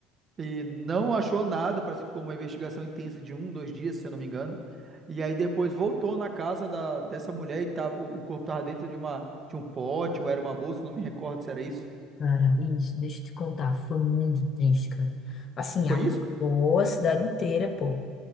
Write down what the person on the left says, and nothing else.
cara, isso, deixa eu te contar, foi muito triste, cara. Assim,
abalou
a cidade inteira, pô.